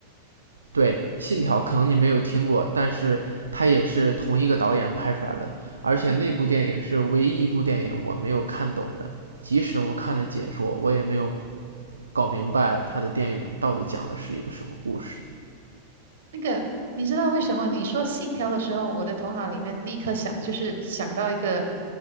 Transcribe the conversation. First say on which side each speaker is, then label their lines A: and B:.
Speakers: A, on the right (about 75°); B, on the right (about 60°).
A: 对，《信条》可能你没有听过，但是它也是同一个导演拍出来的，而且那部电影是唯一一部电影我没有看懂的，
B: 嗯，
A: 即使我看了解说，我也没有搞明白他的电影到底讲的是一个什么故事。
B: 那个你知道为什么你说《信条》的时候，我的头脑里面立刻想，就是想到一个